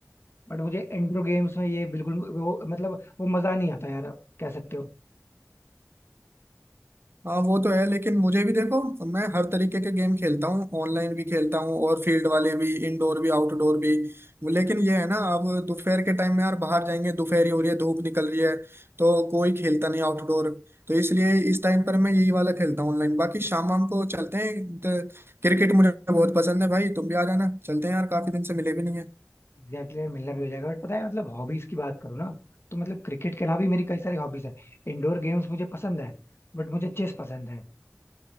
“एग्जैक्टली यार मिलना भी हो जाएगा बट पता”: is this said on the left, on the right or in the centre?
Left